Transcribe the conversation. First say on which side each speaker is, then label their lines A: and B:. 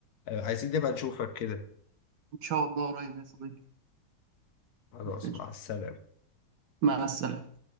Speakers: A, on the left (about 65°); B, on the right (about 75°).
A: آه، عايزين نبقى نشوفك كده
B: إن شاء الله قريب يا صديقي
A: خلاص
B: ماشي.
A: مع السلامه
B: مع السلامة